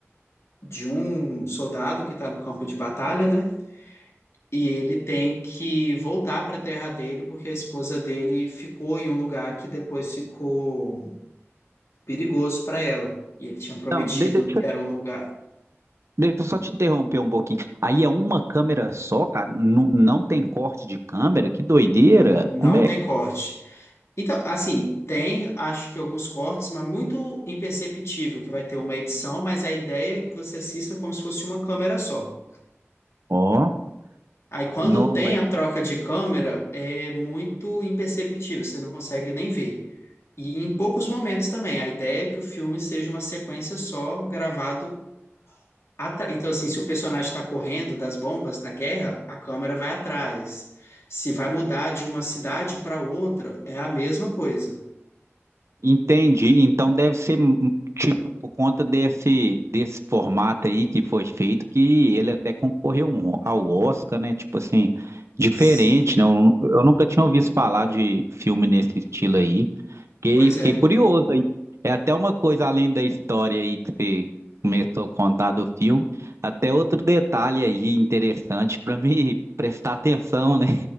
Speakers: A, on the left (about 70°); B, on the right (about 70°).
A: de um soldado que está no campo de batalha, né? E ele tem que voltar para a terra dele porque a esposa dele ficou em um lugar que depois ficou perigoso para ela. E ele tinha prometido
B: Não, de- deixa,
A: que era um lugar.
B: deixa eu só te interromper um pouquinho. Aí é uma câmera só, cara? Nu- Não, tem corte de câmera? Que doideira!
A: Não
B: Como é?
A: tem corte. Então, assim, tem acho que alguns cortes, mas muito imperceptível que vai ter uma edição, mas a ideia é que você assista como se fosse uma câmera só.
B: Ó,
A: Aí quando
B: não,
A: tem
B: mas.
A: a troca de câmera, é muito imperceptível, você não consegue nem ver. E em poucos momentos também, a ideia é que o filme seja uma sequência só, gravado atrás. Então, assim, se o personagem está correndo das bombas na guerra, a câmera vai atrás. Se vai mudar de uma cidade para outra, é a mesma coisa.
B: Entendi. Então deve ser hum, tipo por conta desse desse formato aí que foi feito que ele até concorreu um- ao Oscar, né? Tipo assim, diferente,
A: Sim,
B: né? Eu, nu- eu nunca tinha ouvido falar de filme nesse estilo aí. Fiquei,
A: pois
B: fiquei
A: é.
B: curioso aí. É até uma coisa além da história aí que você começou a contar do filme, até outro detalhe aí interessante para me <laughs> prestar atenção, né?